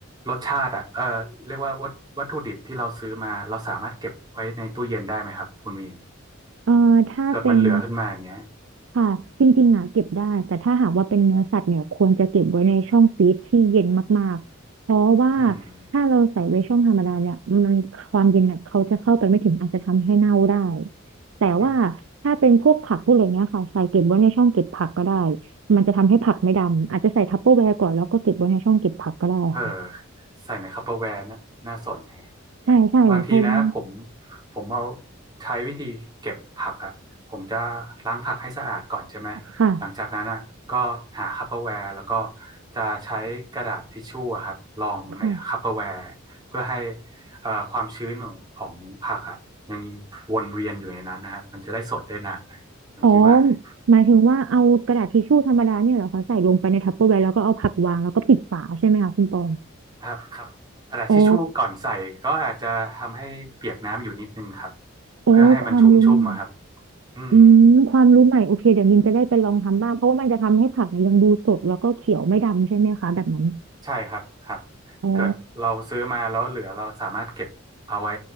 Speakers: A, on the right; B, on the right.
A: รสชาติอ่ะเออเรียกว่าวัตวัตถุดิบที่เราซื้อมาเราสามารถเก็บไว้ในตู้เย็นได้ไหมครับคุณมีน
B: เอ่อถ้าเป็น
A: เกิดมันเหลือขึ้นมาอย่างเงี้ย
B: ค่ะจริงๆอ่ะเก็บได้แต่ถ้าหากว่าเป็นเนื้อสัตว์เนี่ยควรจะเก็บไว้ในช่องฟรีซที่เย็นมากๆเพราะว่า
A: อืม
B: ถ้าเราใส่ไว้ช่องธรรมดาเนี่ยมันความเย็นน่ะเขาจะเข้าไปไม่ถึงอาจจะทำให้เน่าได้แต่ว่า
A: อืม
B: ถ้าเป็นพวกผักพวกอะไรเงี้ยค่ะใส่เก็บไว้ในช่องเก็บผักก็ได้มันจะทำให้ผักไม่ดำอาจจะใส่ทัปเปอร์แวร์ก่อนแล้วก็เก็บไว้ในช่องเก็บผักก็ได้ค่ะ
A: เออใส่ในคัปเปอร์แวร์น่ะน่าสนแฮะ
B: ใช่ใช่เพง
A: บางทีนะผมผมเอาใช้วิธีเก็บผักอ่ะผมจะล้างผักให้สะอาดก่อนใช่ไหมหลังจากนั้นอ่ะก็หาคัปเปอร์แวร์แล้วก็
B: ค่ะ
A: จะใช้กระดาษทิชชู่อะครับรองในคัปเปอร์แวร์เพื่อให้
B: ค่ะ
A: เอ่อความชื้นของของผักอ่ะยังวนเวียนอยู่ในนั้นนะครับมันจะได้สดได้นานนะผมคิดว่านะ
B: อ๋อหมายถึงว่าเอากระดาษทิชชู่ธรรมดาเนี่ยเหรอคะใส่ลงไปในทัปเปอร์แวร์แล้วก็เอาผักวางแล้วก็ปิดฝาใช่ไหมคะคุณปอง
A: ครับครับกระดาษทิชชู่ก่อนใส่ก็อาจจะทำให้เปียกน้ำอยู่นิดนึงครับ
B: อ๋อโอ้ความรู้ใหม่
A: เพื่อให้มันชุ่มชุ่มอะครับอืม
B: อืมความรู้ใหม่โอเคเดี๋ยวมินจะได้ไปลองทำบ้างเพราะว่ามันจะทำให้ผักเนี่ยยังดูสดแล้วก็เขียวไม่ดำใช่ไหมคะแบบนั้น
A: ใช่ครับครับ
B: อ๋อ
A: เกิดเราซื้อมาแล้วเหลือเราสามารถเก็บเอาไว้